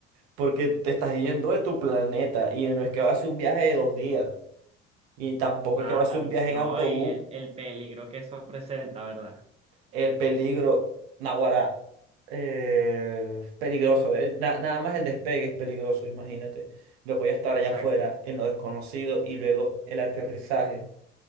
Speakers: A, on the right; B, on the right.
A: porque te estás yendo de tu planeta y no es que va a ser un viaje de dos días y tampoco
B: Claro,
A: es que va a ser un viaje
B: no,
A: en autobús.
B: y el, el peligro que eso presenta, ¿verdad?
A: el peligro, naguará, eh, peligroso. eh, na- nada más el despegue es peligroso, imagínate. Lo voy a estar
B: Exacto.
A: allá afuera, en lo desconocido, y luego el aterrizaje.